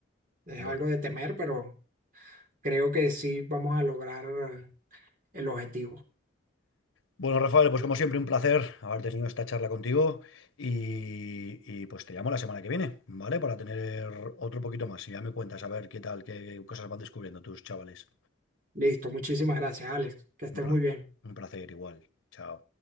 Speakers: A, on the right; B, on the left.
A: Es
B: Bueno.
A: algo de temer, pero creo que sí vamos a lograr el objetivo.
B: Bueno, Rafael, pues como siempre, un placer haber tenido esta charla contigo y, y, pues te llamo la semana que viene, ¿vale? Para tener otro poquito más y ya me cuentas a ver qué tal, qué qué cosas van descubriendo tus chavales.
A: Listo, muchísimas gracias, Alex. Que estés
B: Un
A: muy
B: pla-
A: bien.
B: un placer igual. Chao.